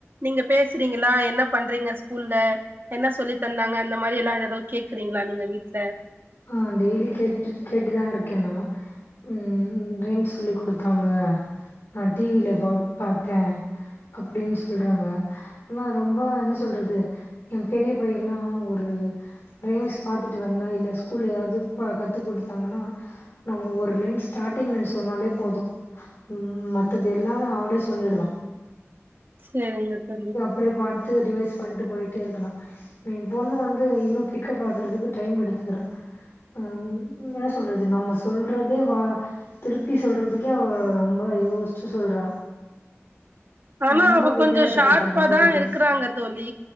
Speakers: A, on the right (about 45°); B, on the left (about 60°).
A: நீங்க பேசுறீங்களா என்ன பண்றீங்க ஸ்கூல்ல என்ன சொல்லி தந்தாங்க அந்த மாறி எல்லா எதோ கேக்குறீங்களா நீங்க வீட்ல
B: ஆ டெய்லி கேட்டுட்டு கேட்டுதா இருக்கேன் நா உம் ம் ரைம்ஸ் சொல்லி குடுத்தாங்க நா டி வி ல போட் பாத்தே அப்டின் சொல்றாங்க நா ரொம்ப என்ன சொல்றது எ பெரிய பையெல்லா ஒரு ரைம்ஸ் பாத்துட்டு வந்தா இல்ல ஸ்கூ ஸ்கூல்ல எதாவது கத்து குடுத்கதாங்கன்னா நா ஒரு லைன் ஸ்டார்ட்டிங்ல சொன்னாலே போது உம் மத்தது எல்லாமே அவளே சொல்லிடுவா
A: சேரிங்க தோழி
B: அப்டியே பாத்து ரிவைஸ் பண்ட்டு போயிட்டே இருக்கணு ஏ பொண்ணு வந்து இன்னும் பிக்கப் ஆகுறதுக்கு டைம் எடுத்துக்குறா ம் என்ன சொல்றது நம்ம சொல்றது வா திருப்பி சொல்றதுக்கே அவ ரொம்ப யோஸ்ச்சு சொல்றா
A: ஆனா
B: நம்ப
A: அவ
B: விளையாட்டு
A: கொஞ்சோ ஷார்ப்பா
B: காட்றா நம்மகிட்டயே
A: தா இருக்கறா ங்க தோழி